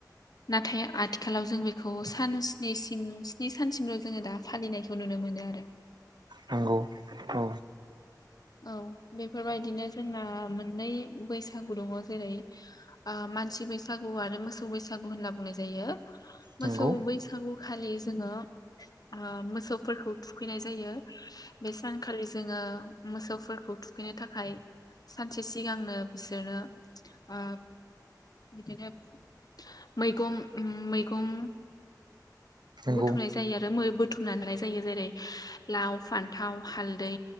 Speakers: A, on the left (about 60°); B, on the right (about 75°).
A: नाथाय आथिखालाव जों बेखौ सान स्निसिम स्नि सानसिमल' जोङो दा फालिनायखौ नुनो मोनो आरो।
B: नंगौ औ
A: औ बेफोरबायदिनो जोंना मोननै बैसागु दङ जेरै आम मानसि बैसागु आरो मोसौ बैसागु होनना बुंनाय जायो।
B: नंगौ
A: मोसौ बैसागु खालि जोङो ओ मोसौफोरखौ थुखैनाय जायो। बे सानखालि जोङो मोसौफोरखौ थुखैनो थाखाय सानसे सिगांनो बिसोरनो ओ बिदिनो मैगं उम मैगं
B: नंगौ
A: बुथुमनाय जायो आ बो मो बुथुमनानै जायो जेरै लाव फान्थाव हालदै